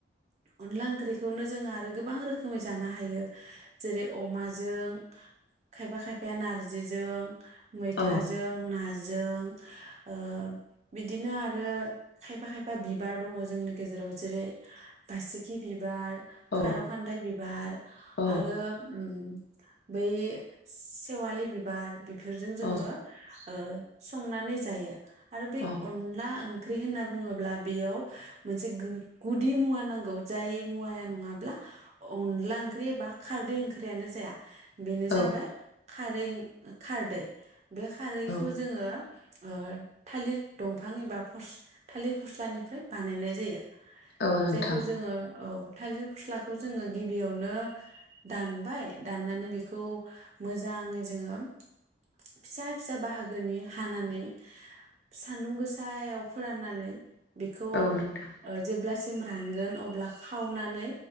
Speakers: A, on the right; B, on the left.
A: अनला ओंख्रिखौनो जोंङो आरो गोबां रोखोमै जानो हायो जेरै अमाजों खायफा खायफाया नारजिजों मैथाजों
B: औ
A: ना जों ओ बिदिनो आरो खायफा खायफा बिबार दङ जोंनि गेजेराव जेरै बासिखि बिबार
B: औ
A: खार'खानदाय बिबार
B: औ
A: आरो उम बै सेवालि बिबार बेफोरजों जोङो
B: औ
A: ओ संनानै जायो आरो बे
B: औ
A: अनला ओं ख्रि होनना बुङोब्ला बेयाव मोनसे गुदि मुवा नांगौ जाय मुवाया नङाब्ला अनला ओंख्रि एबा खारदै ओंख्रियानो जाया बेनो जाबाय
B: औ
A: खारै खारदै बे खारैखौ
B: औ
A: जोङो ओ थालिर दंफां एबा फस थालिर फस्लानिफ्राय बानायनाय जायो
B: औ नोंथां
A: जायखौ जोङो औ थालिर फस्लाखौ जोङो गिबियावनो दानबाय दाननानै बेखौ मोजाङै जोङो फिसा फिसा बाहागोनि हानानै सानदुं गोसायाव फोराननानै बेखौ
B: औ नोंथां
A: ओ जेब्ला सिम रानगोन अब्ला खावनानै